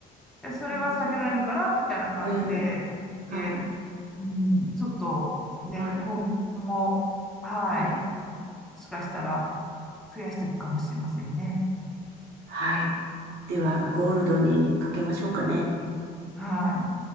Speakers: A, in the centre; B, on the right (about 75°).
A: やそれは避けられるから、
B: そうです。
A: みたいな感じで、
B: えー、はい、
A: で、うん、ちょっとね、
B: はい、
A: 今後、はい、
B: はい、
A: もしかしたら増やしていくかもしれませんね。
B: はい。では、ゴールドにかけましょうかね。
A: はい。